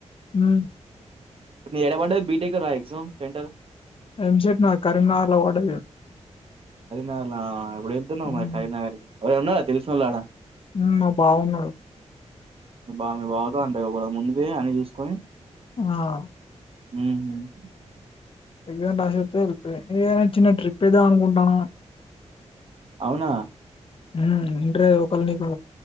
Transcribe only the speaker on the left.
ఉ
ఎంసెట్ నాది కరీంనగర్ల పడ్డది
ఉమ్
ఉ మా బావ ఉన్నడు
ఆ
ఎగ్ జామ్ రసోత్తే ఎల్ పె ఇగ చిన్న ట్రిప్ ఎద్దమ్ అనుకుంటాన్న
మ్ ఇంట్రె ఒకల్ నీకు